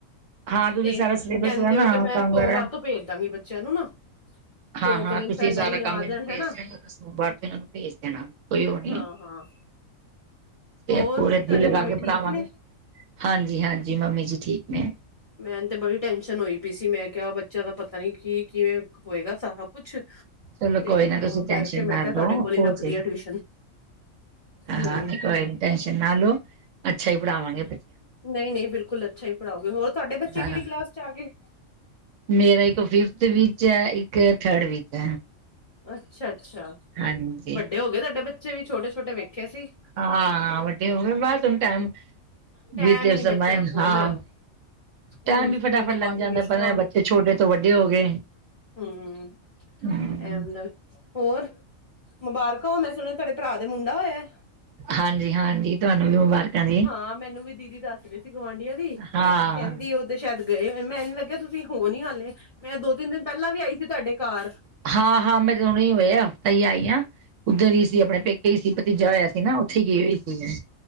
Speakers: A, on the right; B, on the left.
A: ਹਾਂ ਤੁਸੀਂ
B: ਤੇ,
A: ਸਾਰਾ ਸਿਲੇਬਸ
B: ਕਹਿੰਦੇ
A: ਦਾ ਨਾ
B: ਉਹ ਤੇ ਮੈਂ
A: ਕੰਮ
B: ਸੋਮਵਾਰ
A: ਵਗੈਰਾ
B: ਤੋਂ ਭੇਜ ਦਾਂਗੀ ਬੱਚਿਆਂ ਨੂੰ ਨਾ। ਦੋ
A: ਹਾਂ-ਹਾਂ,
B: ਕੁ ਦਿਨ
A: ਤੁਸੀਂ
B: ਪਹਿਲਾਂ
A: ਸਾਰਾ
B: ਹੀ
A: ਕੰਮ
B: ਆ
A: ਮੈਨੂੰ
B: ਜਾਣ
A: ਭੇਜ
B: ਹਨਾ
A: ਦੇਣਾ ਤੇ, ਸੋਮਵਾਰ ਤੋਂ ਇਹਨਾਂ ਨੂੰ ਭੇਜ ਦੇਣਾ ਕੋਈ ਉਹ ਨੀ
B: ਹਾਂ
A: ਐ।
B: ਹਾਂ।
A: ਤੇ
B: ਹੋਰ
A: ਪੂਰੇ
B: ਤੁਹਾਡੇ
A: ਦਿਲ ਲਗਾ
B: ਮੰਮੀ
A: ਕੇ
B: ਠੀਕ
A: ਪੜਾਵਾਂਗੇ।
B: ਨੇ?
A: ਹਾਂਜੀ-ਹਾਂਜੀ, ਮੰਮੀ ਜੀ ਠੀਕ ਨੇ।
B: ਮੈਨੂ ਤੇ ਬੜੀ ਟੈਂਨਸ਼ਨ ਹੋਈ ਪਈ ਸੀ, ਮੈਂ ਕਿਹਾ ਬੱਚਿਆਂ ਦਾ ਪਤਾ ਨੀ ਕੀ, ਕਿਵੇਂ ਹੋਏਗਾ ਸਾਰਾ ਕੁਛ।
A: ਚਲੋ
B: ਤੇ,
A: ਕੋਈ ਨਾ ਤੁਸੀਂ
B: ਤਾਂ
A: ਟੈਨਸ਼ਨ
B: ਕਰਕੇ ਮੈਂ
A: ਨਾ
B: ਕਿਹਾ ਤੁਹਾਡੇ
A: ਲਓ
B: ਕੋਲ ਹੀ
A: ਹੋ
B: ਰੱਖਦੀ
A: ਜਾਏਗਾ
B: ਆ ਟਿਊਸ਼ਨ। ਹੂੰ।
A: ਹਾਂ, ਨਹੀਂ ਕੋਈ ਨਾ ਟੈਸ਼ਨ ਨਾ ਲਓ ਅੱਛਾ ਹੀ ਪੜ੍ਹਾਵਾਂਗੇ
B: ਨਹੀਂ-ਨਹੀਂ, ਬਿਲਕੁਲ ਅੱਛਾ ਹੀ ਪੜ੍ਹਾਓਗੇ। ਹੋਰ ਤੁਹਾਡੇ ਬੱਚੇ
A: ਹਾਂ
B: ਕਿਹੜੀ ਕਲਾਸ ਚ ਆ ਗਏ?
A: ਮੇਰਾ ਇੱਕ ਫਿਫਥ ਵਿੱਚ ਐ, ਇੱਕ ਥਰਡ ਵਿੱਚ ਐ।
B: ਅੱਛਾ-ਅੱਛਾ,
A: ਹਾਂਜੀ।
B: ਵੱਡੇ ਹੋ ਗਏ ਤੁਹਾਡੇ ਬੱਚੇ ਵੀ, ਛੋਟੇ-ਛੋਟੇ ਵੇਖੇ ਸੀ।
A: ਹਾਂ-ਹਾਂ, ਵਡੇ ਹੋ ਗਏ ਬਸ ਹੁਣ ਟਾਈਮ <unintelligible>
B: ਟੈਮ ਹੀ ਨੀ ਬੱਚਿਆਂ ਕੋਲ ਸਕੂਲ
A: ਟਾਈਮ ਵੀ
B: ਸਕੂਲ
A: ਫਟਾਫਟ
B: ਤੋਂ
A: ਲੰਗ
B: ਬਾਅਦ
A: ਜਾਂਦਾ,
B: ਟਿਊਸ਼ਨਾਂ
A: ਪਤਾ ਨੀ ਬੱਚੇ ਛੋਟੇ ਤੋਂ ਵੱਡੇ ਹੋ ਗਏ।
B: ਹੂੰਅਅ।
A: ਹੂੰ,
B: ਐਮ ਦਾ, ਹੋਰ ਮੁਬਾਰਕਾਂ ਮੈਂ ਸੁਣਿਆ ਤੁਹਾਡੇ ਭਰਾ ਦੇ ਮੁੰਡਾ ਹੋਇਆ।
A: ਹਾਂਜੀ ਹਾਂਜੀ ਤੁਹਾਨੂੰ ਵੀ ਮੁਬਾਰਕਾਂ ਜੀ
B: ਹਾਂ, ਮੈਨੂੰ ਵੀ ਦੀਦੀ ਦੱਸਦੇ ਸੀ ਗੁਆਂਢੀਆਂ ਦੀ। ਕਹਿੰਦੀ
A: ਹਾਂ।
B: ਉਹ ਤੇ ਸ਼ਾਇਦ ਗਏ ਹੋਏ, ਮੈਂਨੂੰ ਲੱਗਿਆ ਤੁਸੀਂ ਹੋ ਨੀ ਹਾਲੇ, ਮੈਂ ਦੋ-ਤਿੰਨ ਦਿਨ ਪਹਿਲਾਂ ਵੀ ਆਈ ਸੀ ਤੁਹਾਡੇ ਘਰ।
A: ਹਾਂ-ਹਾਂ, <unintelligible> ਹੋਇਆ ਹਫ਼ਤਾ ਹੀ ਆਈ ਹਾਂ, ਉੱਧਰ ਹੀ ਸੀ, ਆਪਣੇ ਪੇਕੇ ਹੀ ਸੀ, ਭਤੀਜਾ ਹੋਇਆ ਸੀ ਨਾ। ਉੱਥੇ ਗਈ ਹੋਈ ਸੀ ਮੈਂ।